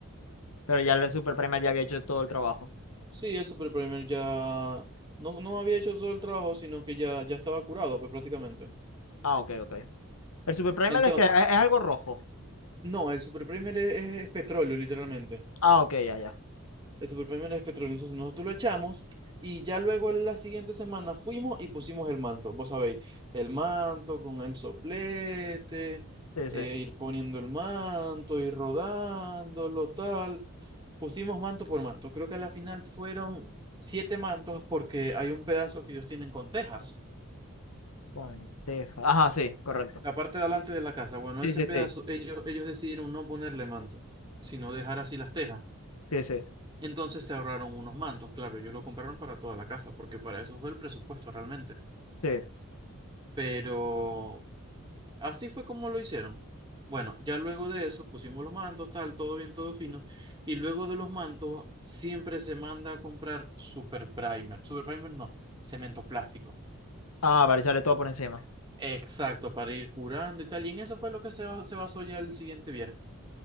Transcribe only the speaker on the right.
Sí, el super primer ya no, no había hecho todo el trabajo, sino que ya, ya estaba curado, pues prácticamente.
Entonces,
no, el super primer es es- es petróleo, literalmente.
el superpremión es petróleo. Entonces nosotros lo echamos y ya luego en la siguiente semana fuimos y pusimos el manto. Vos sabéis, el manto con el soplete,
eh, ir poniendo el manto, ir rodándolo, tal. Pusimos manto por manto. Creo que a la final fueron siete mantos porque hay un pedazo que ellos tienen con tejas.
La parte de adelante de la casa, bueno,
ese
pedazo
ellos, ellos decidieron no ponerle manto, sino dejar así las tejas.
Entonces se ahorraron unos mantos, claro, ellos lo compraron para toda la casa, porque para eso fue el presupuesto realmente.
Pero así fue como lo hicieron. Bueno, ya luego de eso pusimos los mantos, tal, todo bien, todo fino. Y luego de los mantos siempre se manda a comprar super primer. Super primer no, cemento plástico.
Exacto, para ir curando y tal. Y en eso fue lo que se, ba- se basó ya el siguiente viaje.